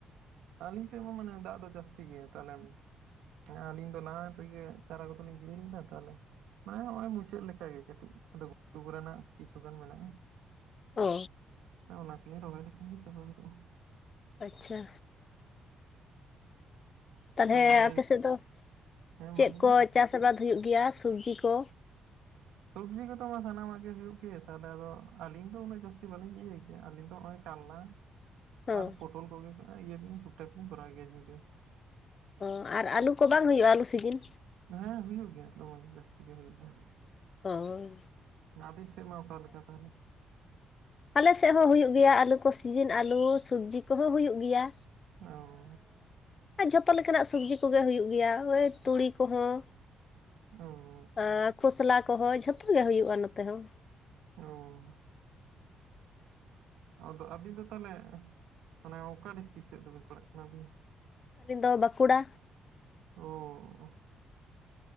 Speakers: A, on the right (about 85°); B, on the left (about 40°).
A: ᱟᱹᱞᱤᱧ ᱥᱮᱫ ᱦᱚᱸ ᱢᱟᱱᱮ ᱫᱟᱜ ᱫᱚ ᱡᱟᱹᱥᱛᱤ ᱜᱮᱭᱟ ᱛᱟᱞᱮᱢ᱾ ᱦᱮᱸ ᱟᱞᱤᱧ ᱫᱚ ᱞᱟᱦᱟᱱ ᱨᱮᱜᱮ ᱪᱟᱨᱟ ᱠᱚᱫᱚᱞᱤᱧ ᱜᱤᱲᱤ ᱞᱮᱫᱟ ᱛᱟᱦᱞᱮ ᱢᱟᱱᱮ ᱦᱚᱜᱼᱚᱭ ᱢᱩᱪᱟᱹᱫ ᱞᱮᱠᱟᱜᱮ ᱠᱟᱹᱴᱤᱡ ᱟᱫᱚ ᱜᱷᱩᱴᱩ ᱠᱚᱨᱮᱱᱟᱜ ᱠᱤᱪᱷᱩ ᱜᱟᱱ ᱢᱮᱱᱟᱜᱼᱟ᱾
B: ᱚ
A: ᱚᱱᱟ ᱠᱚᱞᱤᱧ ᱨᱚᱦᱚᱭ ᱞᱮᱠᱷᱟᱱ ᱜᱮ ᱪᱟᱵᱟ ᱜᱚᱫᱚᱜᱼᱟ᱾
B: ᱟᱪᱪᱷᱟ ᱛᱟᱦᱞᱮ
A: ᱛᱟᱦᱚᱞᱮ
B: ᱟᱯᱮ ᱥᱮᱫ ᱫᱚ
A: ᱦᱮᱸ
B: ᱪᱮᱫ
A: ᱢᱟ ᱞᱟᱹᱭ
B: ᱠᱚ
A: ᱵᱤᱱ
B: ᱪᱟᱥ ᱟᱵᱟᱫᱽ ᱦᱩᱭᱩᱜ ᱜᱮᱭᱟ ᱥᱚᱵᱽᱡᱤ ᱠᱚ?
A: ᱥᱚᱵᱽᱡᱤ ᱠᱚᱫᱚ ᱥᱟᱱᱟᱢᱟᱜ ᱜᱮ ᱦᱩᱭᱩᱜ ᱜᱮ ᱛᱟᱦᱚᱞᱮ ᱟᱫᱚ ᱟᱹᱞᱤᱧ ᱫᱚ ᱩᱱᱟᱹᱜ ᱡᱟᱹᱥᱛᱤ ᱵᱟᱹᱞᱤᱧ ᱤᱭᱟᱹᱭ ᱜᱮᱭᱟ ᱟᱹᱞᱤᱧ ᱫᱚ ᱦᱚᱜᱼᱚᱭ ᱠᱟᱞᱞᱟ
B: ᱦᱚᱸ
A: ᱟᱨ ᱯᱚᱴᱚᱞ ᱠᱚᱜᱮ ᱠᱚ ᱤᱭᱟᱹ ᱨᱮᱞᱤᱧ ᱴᱷᱩᱠᱴᱟᱠ ᱞᱤᱧ ᱠᱚᱨᱟᱣ ᱜᱮᱭᱟ ᱡᱷᱤᱝᱜᱟᱹ᱾
B: ᱚ ᱟᱨ ᱟᱹᱞᱩ ᱠᱚ ᱵᱟᱝ ᱦᱩᱭᱩᱜᱼᱟ ᱟᱹᱞᱩ ᱥᱤᱡᱤᱱ?
A: ᱦᱮᱸ ᱦᱩᱭᱩᱜ ᱜᱮᱭᱟ ᱫᱚᱢᱮ ᱡᱟᱹᱥᱛᱤ ᱜᱮ ᱦᱩᱭᱩᱜ ᱜᱮᱭᱟ᱾
B: ᱚᱸ ᱦᱳᱤ
A: ᱟᱵᱤᱱ ᱥᱮᱜ ᱢᱟ ᱚᱠᱟᱞᱮᱠᱟ ᱛᱟᱦᱚᱞᱮ?
B: ᱟᱞᱮ ᱥᱮᱜ ᱦᱚᱸ ᱦᱩᱭᱩᱜ ᱜᱮᱭᱟ ᱟᱹᱞᱩ ᱠᱚ ᱥᱤᱡᱤᱱ ᱟᱹᱞᱩ ᱥᱚᱵᱽᱡᱤ ᱠᱚᱦᱚᱸ ᱦᱩᱭᱩᱜ ᱜᱮᱭᱟ᱾
A: ᱚᱻ
B: ᱟᱸ ᱡᱷᱚᱛᱚ ᱞᱮᱠᱟᱱᱟᱜ ᱥᱚᱵᱽᱡᱤ ᱠᱚᱜᱮ ᱦᱩᱭᱩᱜ ᱜᱮᱭᱟ ᱳᱭ ᱛᱩᱲᱤ ᱠᱚᱦᱚᱸ᱾
A: ᱚᱻ
B: ᱟᱸᱻ ᱠᱷᱚᱥᱞᱟ ᱠᱚᱦᱚᱸ ᱡᱷᱚᱛᱚ ᱜᱮ ᱦᱩᱭᱩᱜ-ᱟ ᱱᱚᱛᱮ ᱦᱚᱸ᱾
A: ᱚᱻ ᱟᱫᱚ ᱟᱹᱵᱤᱱ ᱫᱚ ᱛᱟᱦᱞᱮ ᱢᱟᱱᱮ ᱚᱠᱟ ᱰᱤᱥᱴᱤᱠ ᱥᱮᱫ ᱫᱚᱵᱮᱱ ᱯᱟᱲᱟᱜ ᱠᱟᱱᱟ ᱟᱹᱵᱤᱱ ᱫᱚ?
B: ᱟᱹᱞᱤᱧ ᱫᱚ ᱵᱟᱸᱠᱩᱲᱟ᱾
A: ᱚᱸ